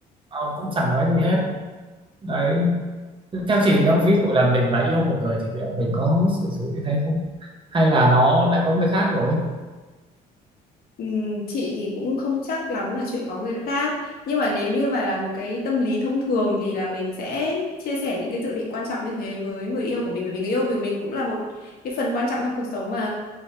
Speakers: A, on the right; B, on the left.
A: nó cũng chẳng nói gì hết đấy Theo chị nếu ví dụ là mình mà yêu một người thì liệu mình có xử sự như thế không? Hay là nó đã có người khác rồi?
B: ừ, chị thì cũng không chắc lắm là chuyện có người khác nhưng mà nếu như mà là một cái tâm lý thông thường thì là mình sẽ chia sẻ những cái dự định quan trọng như thế với người yêu của mình bởi vì người yêu của mình cũng là một cái phần quan trọng trong cuộc sống mà